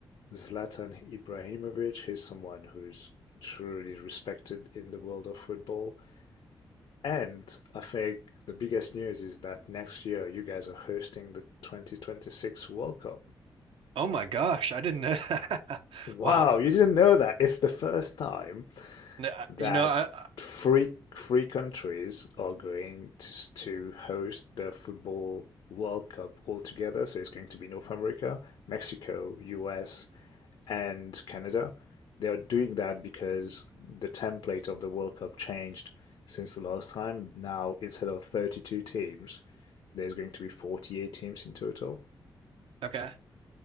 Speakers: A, on the left; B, on the right.
A: Zlatan Ibrahimovic. He's someone who's truly respected in the world of football, and I think the biggest news is that next year you guys are hosting the 2026 World Cup.
B: Oh my gosh, I didn't know. <laughs>
A: Wow,
B: Wow.
A: you didn't know that. It's the first time
B: N- I-
A: that
B: You know, I, I-
A: three three countries are going to, to host the football World Cup altogether. So it's going to be North America, Mexico, US, and Canada. They are doing that because the template of the World Cup changed since the last time. Now, instead of 32 teams, there's going to be 48 teams in total.
B: okay.